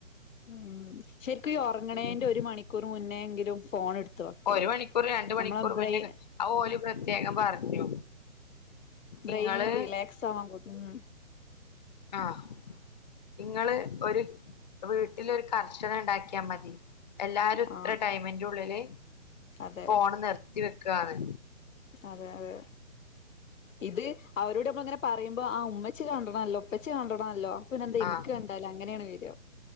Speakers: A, on the left; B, on the left.
A: ഉം ശരിക്കും
B: എന്ത്
A: ഉറങ്ങണേന്റെ
B: ചെയ്യനാ
A: ഒരു മണിക്കൂർ മുന്നേ എങ്കിലും ഫോൺ എടുത്ത് വെക്കണം
B: ഒരു മണിക്കൂർ രണ്ട് മണിക്കൂർ
A: നമ്മളെ ബ്രെയി
B: പിന്നെ ആത് ഓൽ പ്രത്യേകം പറഞ്ഞു
A: ബ്രെയിൻ
B: ഇങ്ങള്
A: റിലാക്സ് ആവാൻ കട്ടും
B: ആഹ് ങ്ങള് ഒരു വീട്ടിലൊരു കർശന ണ്ടാക്കിയാ മതി എല്ലാരും
A: ആ
B: ഇത്ര ടൈമിന്റെ ഉള്ളില്
A: അതെ
B: ഫോണ് നിർത്തി വെക്കാന്ന്
A: അതെ അതെ ഇത് അവരോട് നമ്മൾ ഇങ്ങനെ പറയുമ്പോ ആഹ് ഉമ്മച്ച കണ്ടണല്ലോ ഒപ്പച്ചി കണ്ടണല്ലോ ഇനന്ദ എനക്ക്
B: ആഹ്
A: കണ്ടാല്ല അങ്ങനെയാണ് വരുയോ